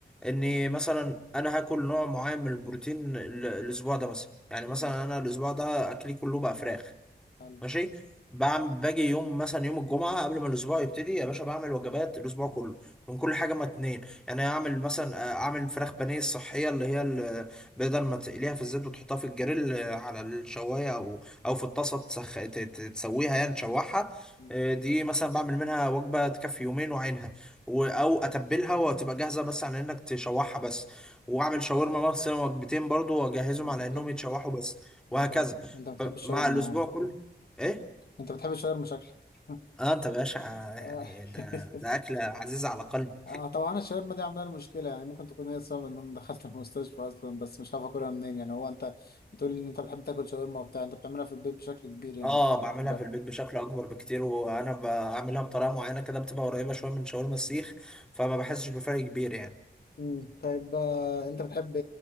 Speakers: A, in the centre; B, on the left.
A: اني مثلا انا هاكل نوع معين من البروتين ال- الاسبوع ده مثلا يعني مثلا
B: مم.
A: انا الاسبوع ده اكلي كله بقى فراخ
B: حلو
A: ماشي بعمل باجي يوم مثلا يوم الجمعه قبل ما الاسبوع يبتدي يا باشا بعمل وجبات الاسبوع كله من كل حاجه ما اتنين يعني اعمل مثلا آه، اعمل فراخ بانيه الصحيه اللي هي ال- بدل ما تقليها في الزيت وتحطها في الجريل آه، على الشوايه او او في الطاسه تسخ... ت- ت- تسويها يعني تشوحها
B: مم.
A: آه، دي مثلا بعمل منها وجبه تكفي يومين وعينها و... او اتبلها وتبقى جاهزه بس على انك تشوحها بس واعمل شاورما مثلا وجبتين برضو واجهزهم
B: انت
A: على
B: بتحب
A: انهم يتشوحوا بس وهكذا
B: انت انت بتحب الشاورما
A: مع الاسبوع
B: يعني
A: كله ايه
B: انت بتحب الشاورما شكلك <laughs>
A: اه انت باشا يعني
B: آه
A: ده
B: <laughs>
A: ده اكله عزيزه على قلبي
B: آه، طبعا الشاورما دي عامله لي مشكله يعني ممكن تكون هي السبب ان انا دخلت المستشفى اصلا بس مش عارف اكلها منين يعني هو انت بتقول ان انت بتحب تاكل شاورما وبتاع انت بتعملها في البيت بشكل كبير
A: <laughs>
B: يعني
A: اه
B: بتاكلها
A: بعملها
B: من بره
A: في البيت بشكل اكبر بكتير وانا بعملها بطريقه معينه كده بتبقى قريبه شويه من شاورما السيخ فما بحسش بفرق كبير يعني
B: مم. طيب آه، انت بتحب